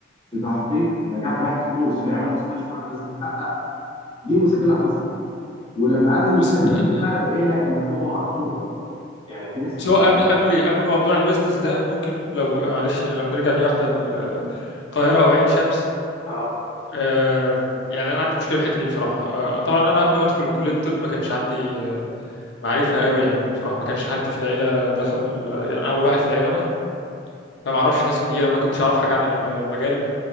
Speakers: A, on the left; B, on the left.
A: في تحقيق النجاح من ناحيه الفلوس فيعمل مستشفى لازم تحقق دي مشكله حصلت ولما قعدنا
B: بس
A: نتناقش
B: آه
A: فيها لقينا ان هو معذور برضه يعني في نسبه
B: بس هو
A: من
B: قبل قبل قبل موضوع البيزنس ده ممكن لو آه، معلش يعني لو نرجع دي واحدة القاهرة أو عين شمس
A: اه
B: آه يعني أنا عندي مشكلة في الحتة دي بصراحة آه طبعا أنا قبل ما أدخل كلية الطب ما كانش عندي آه، معرفة قوي يعني بصراحة ما كانش حد في العيلة دخل آه، يعني أنا أول واحد في العيلة أنا فما أعرفش ناس كتيرة ما كنتش أعرف حاجة عن ال- المجال